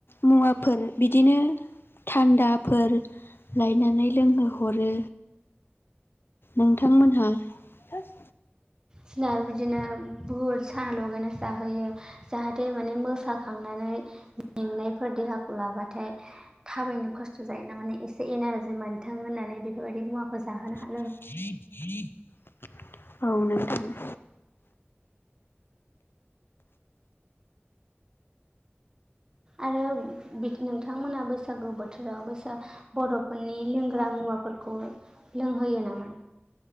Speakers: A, on the left; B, on the right.
A: मुवाफोर बिदिनो थान्दाफोर लायनानै लोंहोहरो नोंथांमोनहा थोस
B: सिना बिदिनो बुत साना लगायनासो जाहोयो जाहाथे माने मोसाखांनानै मेंनायफोर देहाखौ लाबाथाय थाबायनो खस्थ' जायो ना माने एसे एनारजि मोनथों होननानै बेफोरबायदि मुवाखौ जाहोनो हा
A: <unintelligible> औ नोंथां <inaudible>
B: आरो बिख नोंथांमोना बैसागु बोथोराव बोसा बर'फोरनि लोंग्रा मुवाफोरखौ लोंहोयो नामा